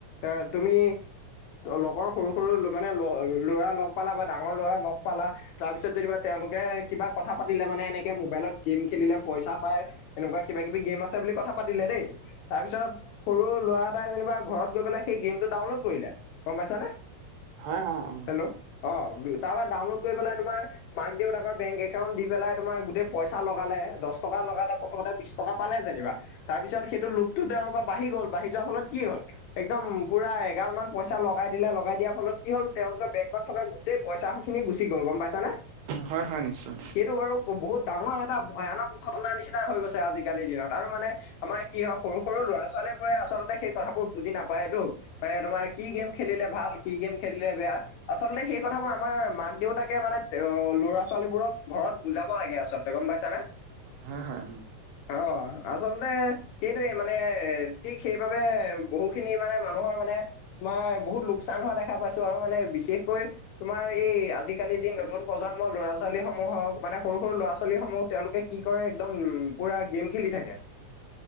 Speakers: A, on the left; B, on the right.
A: এ তুমি লগৰ সৰু সৰু মানে ল'ৰা লগ পালা বা ডাঙৰ ল'ৰা লগ পালা। তাৰপিছত যেনিবা তেওঁলোকে কিবা কথা পাতিলে মানে এনেকে মোবাইলত গেম খেলিলে পইচা পায়। এনেকুৱা কিবা কিবি গেম আছে বুলি কথা পাতিলে দেই। তাৰপিছত সৰু ল'ৰা এটাই যেনিবা ঘৰত গৈ পেলাই সেই গেম টো ডাউনলোড কৰিলে গম পাইছানে।
B: হয় হয় অ।
A: হেল্ল' অ তাৰ পৰা ডাউনলোড কৰি পেলাই তোমাৰ। মাক দেউতাকৰ বেংক একাউণ্ট দি পেলাই তোমাৰ গোটেই পইচা লগালে দছ টকা লগালে প্ৰথমতে বিছ টকা পালে যেনিবা। তাৰপিছত সেইটো লোকটো তেওঁলোকৰ বাঢ়ি গ'ল বাঢ়ি যোৱাৰ ফলত কি হ'ল। একদম পুৰা এগাল মান পইচা লগাই দিলে লগাই দিয়াৰ ফলত কি হ'ল তেওঁলোকৰ বেংকত থকা। সেই পইচা খিনি গুচি গ'ল গম পাইছানে।
B: হয় হয় নিশ্চয়।
A: সেইটো বাৰু বহুত ডাঙৰ এটা ভয়ানক ঘটনাৰ নিচিনা হৈ গৈছে আজিকালিৰ দিনত আৰু মানে। আমাৰ কি হয় সৰু সৰু ল'ৰা ছোৱালীবোৰে আচলতে সেই কথাবোৰ বুজি নাপায়তো। বে তোমাৰ কি গেম খেলিলে ভাল কি গেম খেলিলে বেয়া। আচলতে সেই কথাবোৰ আমাৰ মাক দেউতাকে মানে বেৰত। ল'ৰা ছোৱালীবোৰক ঘৰত বুজাব লাগে আচলতে গম পাইছানে।
B: হয় হয়।
A: অ আচলতে। সেইটোৱে মানে ঠিক সেইবাবে বহু খিনি মানে মানুহৰ মানে। মই বহুত লোকচান হোৱা দেখা পাইছো আৰু মানে বিশেষকৈ। তোমাৰ এই আজিকালি যি নতুন প্ৰজন্ম। অসমৰ ল'ৰা ছোৱালীসমূহক মানে সৰু সৰু ল'ৰা ছোৱালীসমূহ তেওঁলোকে কি কৰে একদম পুৰা গেম খেলি থাকে।